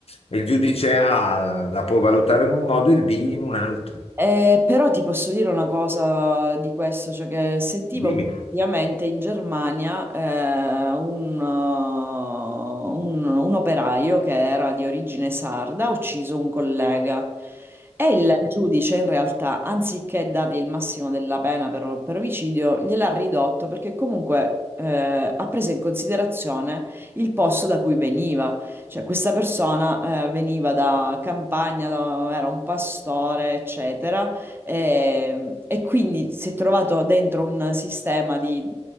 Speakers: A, on the left (about 60°); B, on the right (about 20°).
A: il giudice A la può valutare in un modo e il B in un altro.
B: Eh, però ti posso dire una cosa di questo, cioè che sentivo
A: Dimmi.
B: che praticamente in Germania eh, un, uh, un- un operaio che era di origine sarda ha ucciso un collega e il giudice in realtà, anziché dargli il massimo della pena per, per omicidio, gliel'ha ridotto perché comunque eh, ha preso in considerazione il posto da cui veniva. Cioè, questa persona eh, veniva da campagna, da- era un pastore, eccetera, e, e quindi si è trovato dentro un sistema di-